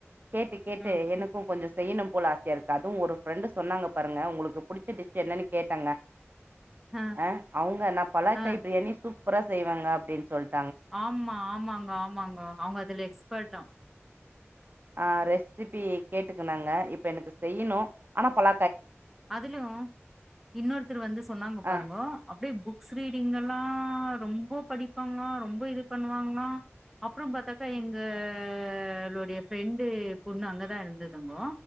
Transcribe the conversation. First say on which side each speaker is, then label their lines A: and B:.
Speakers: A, on the right (about 45°); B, in the centre.
A: கேட்டு கேட்டு
B: ஆ
A: எனக்கும் கொஞ்சம் செய்யணும் போல ஆசையா இருக்கு அது ஒரு பிரெண்டு் சொன்னாங்க பாருங்க உங்களுக்கு படிச்ச டிஷ் என்னன்னக்கு கேட்டாங்க
B: ஆ
A: அஹ் அவங்க நான் பலக்காய்
B: ஆ
A: பிரியாணி சூப் சூப்பரா செய்வாங்க அப்படின்னு சொல்லிட்டு
B: ஆமா ஆமா ஆமாங்கோ ஆமாங்கோ அவங்க அதுல எக்ஸ்பர்ட்டாம்
A: ஆஹ் ரெசிபி கேட்டுக்குனாங்க இப்ப எனக்கு செய்யணும் ஆனா பல
B: அதுலும் இன்னொருத்தர் வந்து சொன்னாங்க பாருங்கோ
A: ஆ
B: அப்படி புக்ஸ் ரீடிங்கெல்லாம் ரொம்ப படிப்பாங்களாம் ரொம்ப இது பண்ணுவாங்களாம் அப்புறம் பார்த்தாக்கா எங்களுடைய ஃப்ரெண்டு பொண்ணு அங்கே தான் இருந்ததுங்கோ